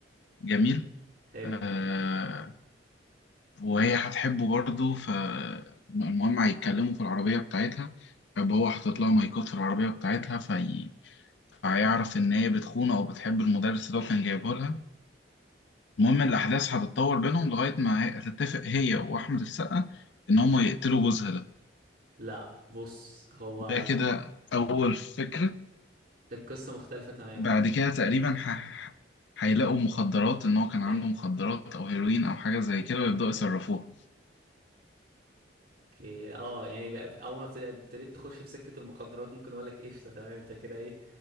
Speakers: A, on the left (about 70°); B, on the right (about 50°).
A: جميل
B: حلو
A: آه، وهي هتحبه برضه فالمهم هيتكلموا في العربية بتاعتها فهو حاطط لها مايكات في العربية بتاعتها في فهيعرف إن هي بتخونه أو بتحب المدرس اللي هو كان جايبه لها المهم الأحداث هتتطور بينهم لغاية ما هي- هتتفق هي وأحمد السقا إن هما يقتلوا جوزها ده
B: لا بص هو
A: ده كده أول فكرة
B: القصة مختلفة تماما
A: بعد كده تقريبا ح... هيلاقوا مخدرات إن هو كان
B: ما
A: عنده مخدرات أو هيروين أو حاجة زي كده ويبدأوا
B: ماشي
A: يصرفوها
B: اوكي اه يعني بقى- اول ما ابتديت ابتديت تخش في سكة المخدرات ممكن اقول لك قشطة تمام انت كده ايه